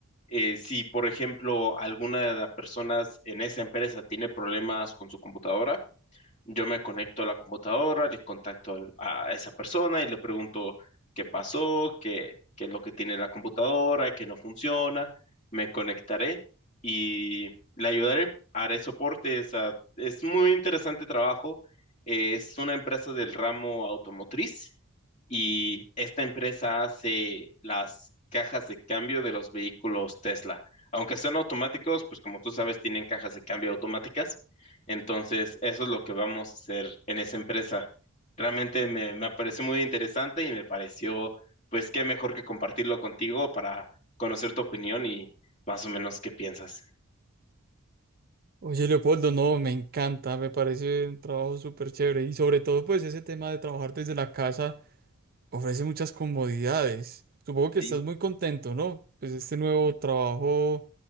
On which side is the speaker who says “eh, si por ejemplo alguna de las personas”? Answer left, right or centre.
Left